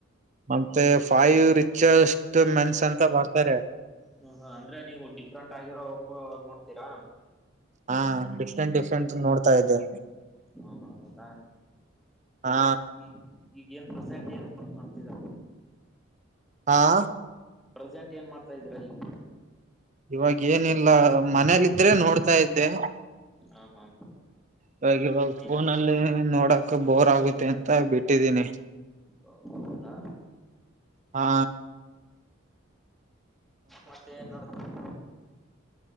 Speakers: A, on the right (about 35°); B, in the centre.
A: ಮತ್ತೆ ಫೈ ರಿಚ್ಷ್ಟ ಮೆನ್ಸ್ ಅಂತ ಬರ್ತಾರೆ
B: ಹ ಹ ಅಂದ್ರೆ ನೀವು ಡಿಫ್ರಂಟ್ ಆಗಿರೋ ಹ ನೋಡ್ತೀರಾ
A: ಹಾ ಡಿಫ್ರೆಂಟ್ ಡಿಫ್ರೆಂಟ್ ನೋಡ್ತಾ ಇದ್ದೆ
B: ಹ ಹೌದಾ
A: ಹಾ
B: ಈ ಈಗ ಏನ್ ಪ್ರೆಸೆಂಟ್ ಏನ್ ಮಾಡ್ತಿದ
A: ಹಾ
B: ಪ್ರೆಸೆಂಜ್ ಏನ್ ಮಾಡ್ತಾ ಇದೀರಾ ಈಗ
A: ಇವಾಗ ಏನಿಲ್ಲ ಮನೇಲಿ ಇದ್ರೆ ನೋಡ್ತಾ ಇದ್ದೆ
B: ಹಾ ಹಾ
A: ಇವಾಗ ಇವಾಗ
B: ಈ
A: ಫೋನಲ್ಲಿ ನೋಡಕ ಬೋರ್ ಆಗುತ್ತೆ ಅಂತ ಬಿಟ್ಟಿದ್ದೀನಿ
B: ಓ ಹೌದಾ
A: ಹಾ
B: ಮತ್ತೆ ನಡ್ತರು